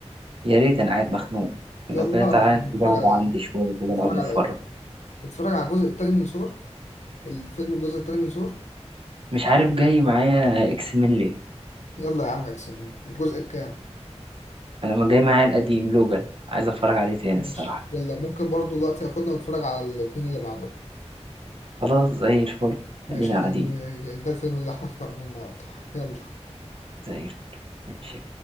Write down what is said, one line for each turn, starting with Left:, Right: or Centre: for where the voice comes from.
Right: يا ريت انا قاعد مخنوق
Left: يلا
Right: لو كده تعالى
Left: نتفرج
Right: نقعد
Left: على
Right: عندي
Left: إيه؟
Right: شويه كده
Left: نتفرج
Right: نقعد نتفرج
Left: على إيه؟ نتفرج على الجزء التاني من سور الفيلم الجزء التاني من سور
Right: مش عارف جاي معايا اكس من ليه
Left: يلا يا عم إكس مان الجزء الكام؟
Right: انا ما جاي معايا القديم لوجان عايز اتفرج عليه تاني
Left: ماشي
Right: الصراحه
Left: يلا ممكن برضو دلوقتي ياخدنا ونتفرج على الاتنين اللي بعده
Right: خلاص زي الفل
Left: ماشي
Right: ادينا
Left: يعني
Right: قاعدين
Left: ده الفيلم اللي احنا اخترناه النهارده يلا
Right: زي الفل ماشي